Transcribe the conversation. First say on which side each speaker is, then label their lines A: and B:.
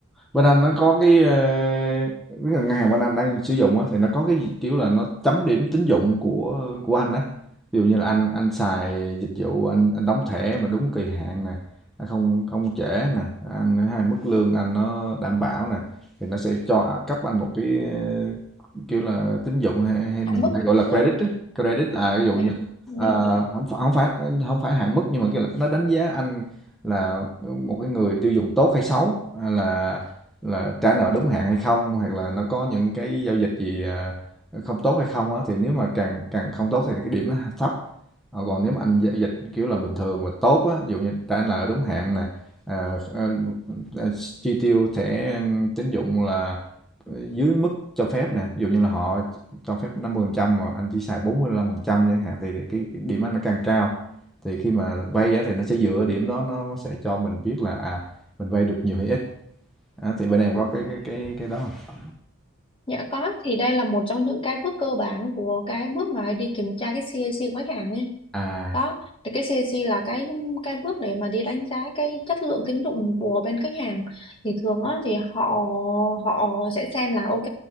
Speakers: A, in the centre; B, on the left.
A: bên anh nó có cái ờ, ngân hàng bên anh đang sử dụng á thì nó có cái kiểu là nó chấm điểm tín dụng của của anh á ví dụ như là anh anh xài dịch vụ anh anh đóng thẻ mà đúng kỳ hạn nè nó không không trễ nè anh hay mức lương anh nó đảm bảo nè thì nó sẽ cho cấp anh một cái ờ, kiểu là tín dụng hay, hay mình
B: hạn mức
A: hay gọi là credit
B: dạ
A: á. credit là ví dụ
B: dạ
A: như
B: dạ
A: ờ, không phải không phải không phải hạn mức nhưng mà kiểu là nó đánh giá anh là một cái người tiêu dùng tốt hay xấu hay là là trả nợ đúng hạn hay không hoặc là nó có những cái giao dịch gì à, không tốt hay không á thì nếu mà càng càng không tốt thì cái điểm nó thấp Ờ, còn nếu mà anh giao dịch kiểu là bình thường và tốt á ví dụ như trả nợ đúng hạn nè à, à, à, chi tiêu thẻ tín dụng là dưới mức cho phép nè ví dụ như là họ cho phép 50% mà anh chỉ xài 45% chẳng hạn thì cái, cái điểm anh nó càng cao thì khi mà vay á, thì nó sẽ dựa điểm đó nó sẽ cho mình biết là à mình vay được nhiều hay ít À, thì bên em có cái cái cái cái đó không
B: Dạ có thì đây là một trong những cái bước cơ bản của cái bước mà đi kiểm tra cái CAC của khách hàng ấy
A: À,
B: đó thì cái CAC là cái cái bước để mà đi đánh giá cái chất lượng tín dụng của bên khách hàng thì thường á thì họ họ sẽ xem là ok